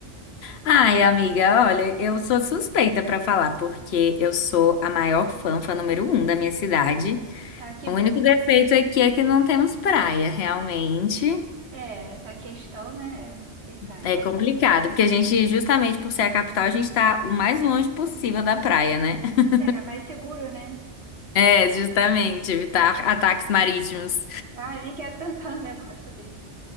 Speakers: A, on the left; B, on the right.
A: Ai, amiga, olha, eu sou suspeita pra falar, porque eu sou a maior fã, fã número um da minha cidade.
B: Ah, que
A: O
B: bom.
A: único defeito aqui é que não temos praia, realmente.
B: É, essa questão, né? é, Tem praia.
A: É complicado, porque a gente, justamente por ser a capital, a gente tá o mais longe possível da praia, né? <laughs>
B: É, mais seguro, né?
A: É, justamente, evitar ataques marítimos.
B: Ah, eu nem quero <laughs> pensar num negócio desse.